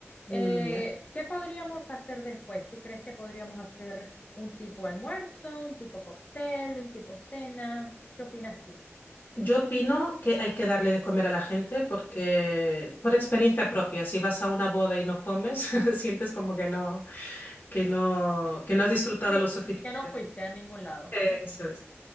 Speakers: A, on the left; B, on the left.
A: Eh,
B: Mm, ya.
A: ¿qué podríamos hacer después? ¿Tú crees que podríamos hacer un tipo almuerzo, un tipo cóctel, un tipo cena? ¿Qué opinas tú?
B: Yo opino que hay que darle de comer a la gente porque, por experiencia propia, si vas a una boda y no comes, <laughs> sientes como que no, que no, que no has disfrutado
A: Sí,
B: lo suficiente.
A: que no fuiste a ningún lado.
B: Eso es.